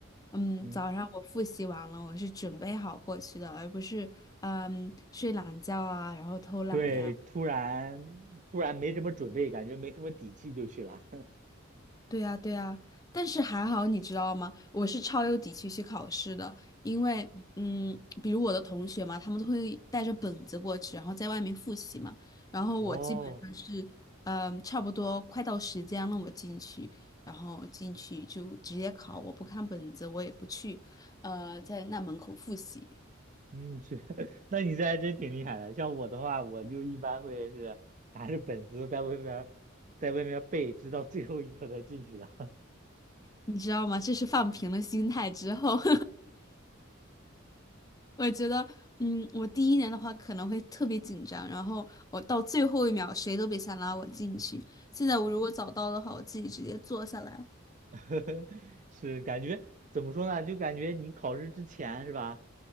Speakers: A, on the left (about 20°); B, on the right (about 40°).
A: 嗯，
B: 嗯，
A: 早上我复习完了，我是准备好过去的，而不是，嗯，睡懒觉啊，然后偷懒呀。
B: 对，突然突然没什么准备，感觉没什么底气就去了。
A: 对呀，对呀，但是还好，你知道吗？我是超有底气去考试的，因为，嗯，比如我的同学嘛，他们都会带着本子过去，然后在外面复习嘛。然后我基本上是，
B: <laughs> 哦，
A: 嗯，差不多快到时间了，我进去，然后进去就直接考，我不看本子，我也不去，呃，在那门口复习，
B: 嗯，去，<laughs> 那你这还真挺厉害的。像我的话，我就一般会是拿着本子在外面，在外面背，直到最后一刻才进去的。
A: 你知道吗？这是放平了心态之后。<laughs> 我觉得，嗯，我第一年的话可能会特别紧张，然后我到最后一秒谁都别想拉我进去。现在我如果早到的话，我自己直接坐下来。
B: <laughs> 是感觉怎么说呢？就感觉你考试之前是吧？